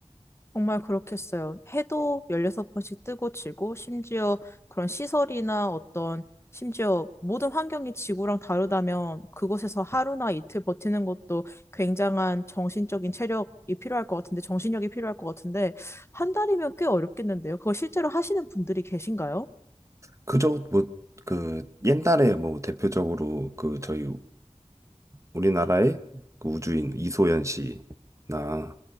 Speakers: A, on the left; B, on the right.
A: 정말 그렇겠어요. 해도 16번씩 뜨고 지고, 심지어 그런 시설이나 어떤, 심지어 모든 환경이 지구랑 다르다면 그곳에서 하루나 이틀 버티는 것도 굉장한 정신적인 체력이 필요할 것 같은데, 정신력이 필요할 것 같은데, 한 달이면 꽤 어렵겠는데요. 그거 실제로 하시는 분들이 계신가요?
B: 그저 뭐 그 옛날에 뭐 대표적으로 그 저희 어, 우리나라의 그 우주인 이소연 씨나